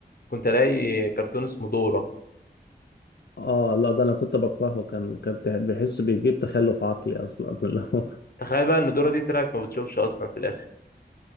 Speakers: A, on the left; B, on the left.
A: كنت الاقي كرتون اسمه دورة
B: اه لا ده انا كنت بكرهه كان كان ته- بحس بيجيب تخلف عقلي اصلا <laughs> اللي هو-
A: تخيل بقى ان دورة دي طلعت ما بتشوفش اصلا في الاخر